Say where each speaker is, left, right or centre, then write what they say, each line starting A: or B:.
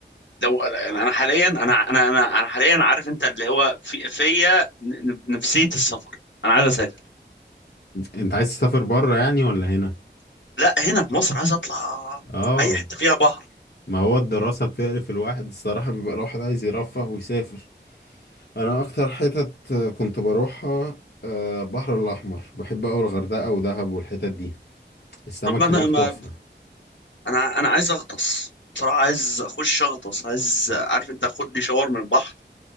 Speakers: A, on the left; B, on the left.
A: لو يعني انا حاليا انا انا انا انا حاليا عارف انت اللي هو في فيا ن- نفسيه السفر انا عايز اسافر
B: انت عايز تسافر بره يعني ولا هنا
A: لا هنا في مصر عايز اطلع
B: اه
A: اي حته فيها بحر
B: ما هو الدراسة بتقرف الواحد الصراحة بيبقى الواحد عايز يرفه ويسافر انا اكتر حتت كنت بروحها آه، البحر الاحمر بحب اوي الغردقة ودهب والحتت دي السمك
A: طب ما انا
B: هناك
A: ما
B: تحفة
A: انا انا عايز اغطس بصراحه عايز اخش اغطس عايز عارف انت اخد لي شاور من البحر